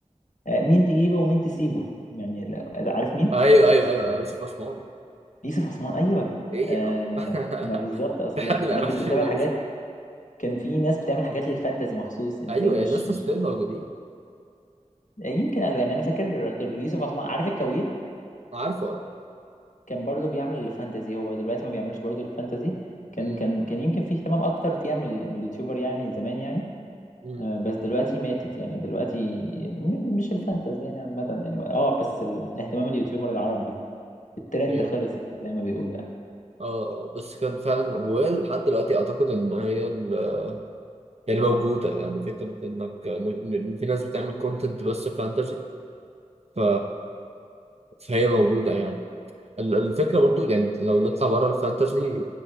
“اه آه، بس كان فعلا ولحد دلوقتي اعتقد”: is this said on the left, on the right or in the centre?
Right